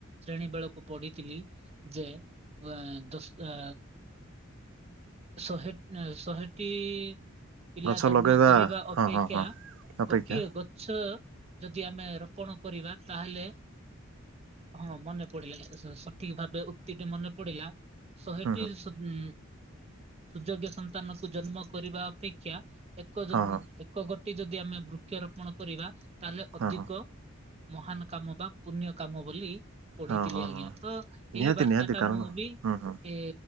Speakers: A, on the right; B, on the right.
A: ଶ୍ରେଣୀ ବେଳକୁ ପଢିଥିଲି ଯେ ଉଏ, ଦଶ ଏ, ଶହେ ଏଁ, ଶହେଟି ପିଲା
B: ଗଛ
A: ଜନ୍ମ
B: ଲଗେଇବା
A: କରିବା ଅପେକ୍ଷା
B: ହଁ ହଁ ହଁ ଅପେକ୍ଷା
A: ଗୋଟିଏ ଗଛ ଯଦି ଆମେ ରୋପଣ କରିବା ତାହେଲେ ହଁ ମନେ ପଡିଲା ସ- ସଠିକ ଭାବେ ଉକ୍ତିଟି ମନେ ପଡିଲା। ଶହେଟି
B: ହୁଁ ହୁଁ
A: ସୁ-ଉଁ, ସୁଯୋଗ୍ୟ ସନ୍ତାନକୁ ଜନ୍ମ କରିବା ଅପେକ୍ଷା ଏକ ଯ
B: ହଁ
A: ଉଁ,
B: ହଁ
A: ଏକ ଗୋଟି ଯଦି ଆମେ ବୃକ୍ଷରୋପଣ କରିବା ତାହେଲେ
B: ହଁ
A: ଅଧିକ
B: ହଁ
A: ମହାନ କାମ ବା ପୁଣ୍ୟ କାମ ବୋଲି ପଢିଥିଲି
B: ହଁ ହଁ
A: ଆଜ୍ଞା।
B: ହଁ
A: ତ
B: ନିହାତି
A: ଏଇ ବାର୍ତ୍ତା
B: ନିହାତି
A: ଟା
B: କାରଣ
A: ମୁଁ ବି
B: ହୁଁ ହୁଁ
A: ଏ